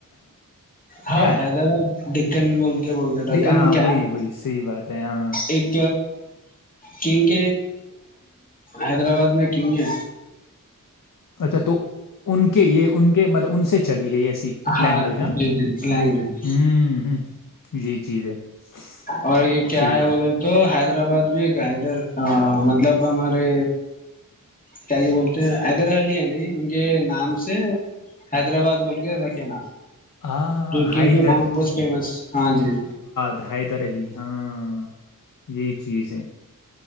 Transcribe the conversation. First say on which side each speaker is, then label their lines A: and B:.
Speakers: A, on the left; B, on the left.
A: ہاں
B: کیا ہے
A: حیدرباد ڈکن بول کے بولتے ڈکن
B: دی- ہاں
A: کیا
B: وہی
A: ہے
B: وہی صحیح بات ہے ہاں
A: ایک کینک حیدرآباد میں کنگے
B: اچھا تو ان کے یہ ان کے مطلب ان سے چلی یہ ای
A: ہاں
B: لینگویج ہ
A: جی جی لینگویج
B: ہ ہ جی جی چیز ہے صحیح
A: اور یہ کیا ہے
B: بات
A: بولے تو حیدرآباد بھی گ ادھر مطلب ہمارے کیا یہ بولتے ہیں حیدر حلی ہے نہیں ان کے نام سے حیدرآباد بول کے رکھے ناام
B: ہاں
A: جوکنگ
B: حیدر
A: نام بہت فیمس ہاں جی
B: ح حیدر علی ہاں یہی چیز ہے